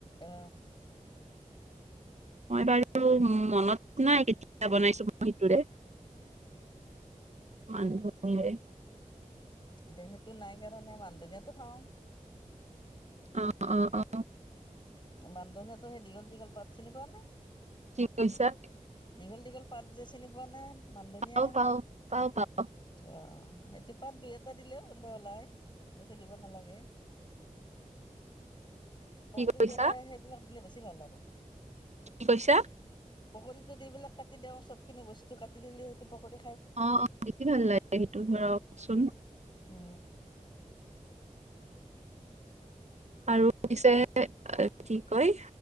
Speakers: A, on the left; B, on the right.
A: অ
B: মই বাৰু মনত নাই কেতিয়া বনাইছো মই সিটোৰে মানু
A: এতিয়া সেইটো নাই কাৰণে মান ধনীয়াটো খাওঁ
B: অ অ অ
A: মান ধনীয়াতো সেই দীঘল দীঘল পাত চিনি পোৱা নে
B: কি কৈছা
A: দীঘল দীঘল পাত যে চিনি পোৱা না মানদনীয়া
B: পাও পাও পাও পাও
A: অ সেইটো পাত দুই এটা দিলেও গোন্ধ ওলাই বেছি দিব নালাগে পকতি
B: কি কৈছা
A: তেলে সেইবিলাক দিলে বেছি টো ভাল আৰু
B: কি কৈছা
A: পক য এইবিলাক কাটি দিওঁ চব খিনি বস্তু কাটি দিলে সেইটো পকৰি
B: অ বেছি ভাল লাগে সেইটো ধৰাকচোন
A: উ
B: আৰু পিছে কি কয়